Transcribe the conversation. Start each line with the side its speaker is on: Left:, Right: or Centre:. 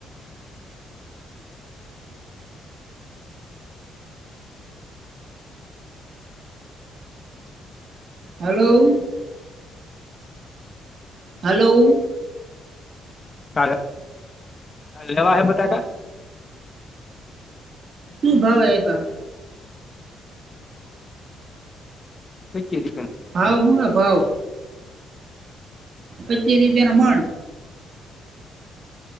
Right: હલો હલો
Left: તારે લેવા હે બટાકા
Right: શું ભાવ એકા -
Left: પચી રૂપિયા
Right: ભાવ હું હ ભાવ પચી રૂપિયા મંણ